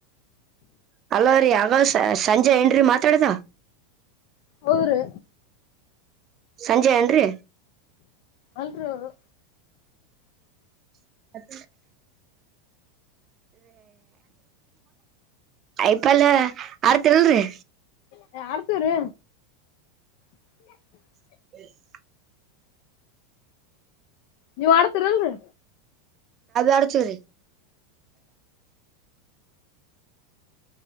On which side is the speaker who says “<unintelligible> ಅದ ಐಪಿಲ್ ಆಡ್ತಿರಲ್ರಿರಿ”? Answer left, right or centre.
Right